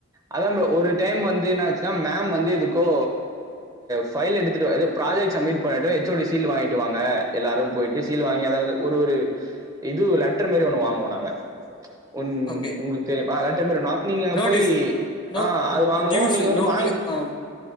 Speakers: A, on the right; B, on the left.
A: அதான் ப்ரோ ஒரு டைம்வந்து என்னாச்சுன்னா மேம் வந்து எதுக் ப்ரோ ஃபைல் எடுத்துட்டுவா ஏதோ ப்ராஜக்ட் சமிட் பண்ண எச் ஓ டி சீல் வாங்கிட்டு வாங்க எல்லாரும் போய்ட்டு சீல் வாங்கி அதாது ஒரு ஒரு இது லெட்டர் மாரி ஒண்ணு வாங்குவோம் நாங்க உம்
B: ஓகே
A: உங்களுக்கு தெரியும் லெட்டர் மாரி நீங்க
B: நோட்டீஸ்
A: போய்
B: நோ
A: ஆஹ் அது வாங்குவோம்
B: டியூஸ்
A: நீங்க வந்து
B: நோ
A: வாங்கிட்டு
B: கிளி ஆமா